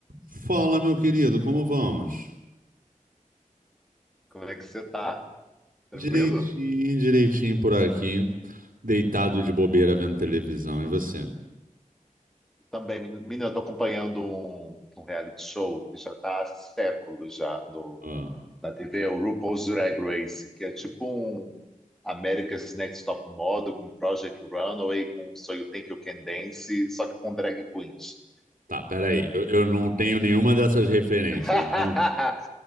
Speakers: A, on the right; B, in the centre.
A: Fala, meu querido, como vamos?
B: Como é que você tá? Tranquilo?
A: Direitinho, direitinho por aqui, deitado de bobeira vendo televisão. E você?
B: Também, men- menina, eu tô acompanhando um, um reality show que já tá há séculos já no,
A: Ah,
B: na TV, é o RuPaul's Drag Race, que é tipo um America's Next Top Model com Project Runway, com So You Think You Can Dance, só que com drag queens.
A: tá, peraí, eu, eu não tenho nenhuma dessas referências.
B: <laughs>
A: Então,